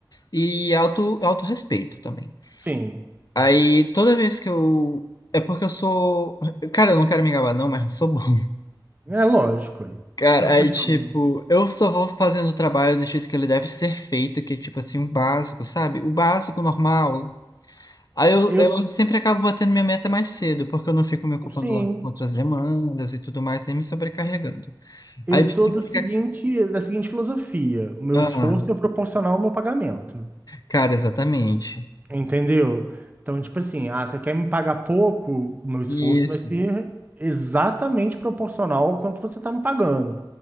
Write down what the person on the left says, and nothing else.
e auto, autorrespeito também.
Aí toda vez que eu. É porque eu sou. Cara, eu não quero me gabar, não, mas eu sou bom. <laughs>
Cara,
aí tipo,
eu só vou fazendo o trabalho do jeito que ele deve ser feito, que é tipo assim, o básico, sabe? O básico normal. Aí eu,
eu sempre acabo batendo minha meta mais cedo, porque eu não fico me ocupando
logo com outras demandas e tudo mais, nem me sobrecarregando.
Aí
meio que
fica.
Ah,
cara, exatamente.
Isso,